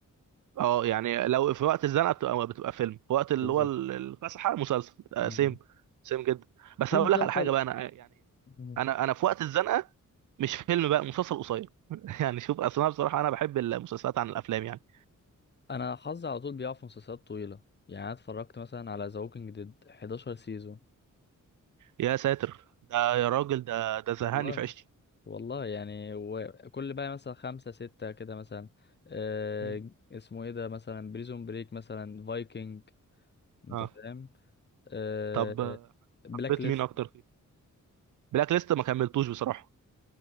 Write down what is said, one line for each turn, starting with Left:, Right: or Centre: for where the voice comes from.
Right: اه يعني لو في وقت الزنقه بتبقى بتبقى فيلم في وقت اللي
Left: بالظبط
Right: هو ال- الفسحه مسلسل آه،
Left: مم.
Right: سيم سيم جدا بس
Left: في
Right: هقول
Left: مسلسل
Right: لك على حاجه بقى انا يعني
Left: مم.
Right: انا انا في وقت الزنقه مش فيلم بقى مسلسل قصير <laughs> يعني شوف اصل انا بصراحه انا بحب المسلسلات عن الافلام يعني
Left: انا حظي على طول بيقع في مسلسلات طويله يعني انا اتفرجت مثلا على ذا ووكينج ديد 11 سيزون
Right: يا ساتر ده يا راجل ده ده زهقني
Left: والله
Right: في عيشتي
Left: والله يعني وكل بقى مثلا خمسة ستة كده مثلا آه
Right: مم.
Left: اسمه ايه ده مثلا بريزون بريك مثلا فايكنج انت
Right: اه
Left: فاهم آه
Right: طب آه،
Left: بلاك
Right: حبيت
Left: ليست
Right: مين اكتر فيه بلاك ليست ما كملتوش بصراحه